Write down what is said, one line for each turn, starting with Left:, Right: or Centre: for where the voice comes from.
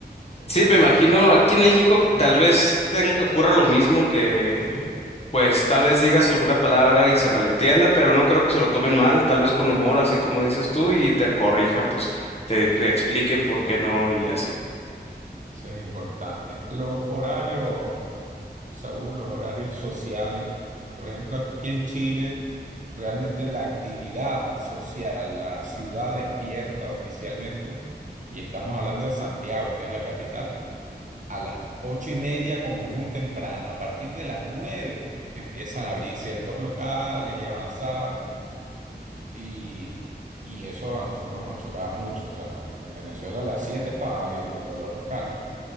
Right: Entonces,
Left: Sí, me imagino aquí en México
Right: Ujú.
Left: tal vez ten- ocurra lo mismo que
Right: ¿sí?
Left: Pues tal vez digas alguna palabra y se malentienda, pero no creo que se lo tomen
Right: Ya,
Left: mal, tal vez con humor, así como dices tú, y te corrijan, pues te, te
Right: claro,
Left: expliquen por qué no y así.
Right: eso es importante. Los horarios. Saúl, los horarios sociales. Por ejemplo, aquí en Chile, realmente la actividad social, la ciudad despierta oficialmente, y estamos hablando de Santiago, que es la capital, a las ocho y media como muy temprano. A partir de las nueve empiezan a abrir ciertos locales y avanzar, y, y eso a nosotros nos chocaba mucho. O sea, en Venezuela a las siete estaban abriendo todos los locales.